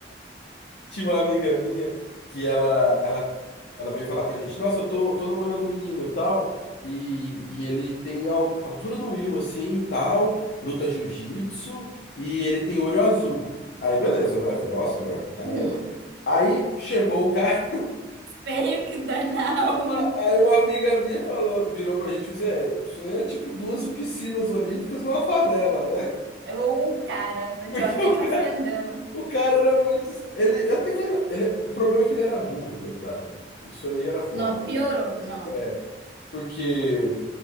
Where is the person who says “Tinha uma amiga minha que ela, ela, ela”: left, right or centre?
Left